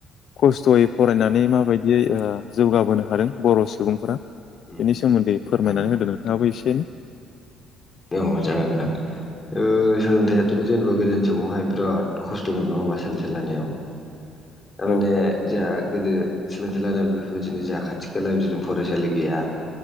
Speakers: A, on the left; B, on the left.
A: खस्थ'यै फरायनानै माबायदियै ओ जौगाबोनो हादों बर' सुबुंफोरा
B: औ
A: बेनि सोमोन्दै फोरमायनानै
B: औ
A: होदो नोंथाङाबो एसेनो।
B: औ जागोन नोंदां ओ सोलोंथाइथ' जेनेबा गोदो समावहाय बिराद खस्थ'मोन नङा होमबा सोलोंथाइ लायानायाव थारमाने
A: औ
B: जोंहा गोदो सोलोंथाइ लानाय बेफोरबायदिनो जा खाथि खालाव बिदिनो फरायसालि गैया।